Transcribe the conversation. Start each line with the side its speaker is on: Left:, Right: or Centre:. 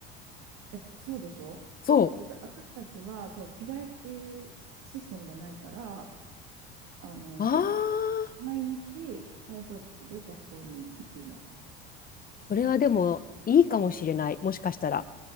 Right: え、そうでしょ
Left: そ
Right: だって私たちは、そう、着替えっていうシステムがないから、あの、
Left: う。ああ、
Right: 毎日体操服で学校に行くの。
Left: それはでもいいかもしれない。もしかしたら。